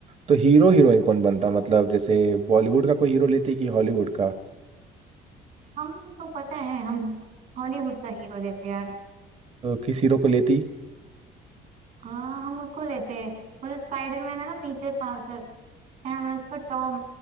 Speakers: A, on the right; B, on the right.
A: तो हीरो हीरोइन कौन बनता मतलब जैसे बॉलीवुड का कोई हीरो लेती कि हॉलीवुड का
B: हमें उसको पता है हम हॉलीवुड का हीरो लेते यार
A: तो किस हीरो को लेती
B: हाँ हम उसको लेते हैं वो जो स्पाइडरमैन है ना पीटर पार्कर क्या नाम है उसका टॉम